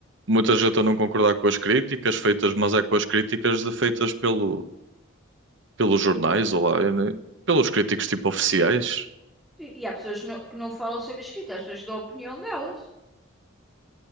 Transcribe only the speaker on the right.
muita gente a não concordar com as críticas feitas, mas é com as críticas de- feitas pelo, pelos jornais ou lá, eu nem- pelos críticos tipo oficiais.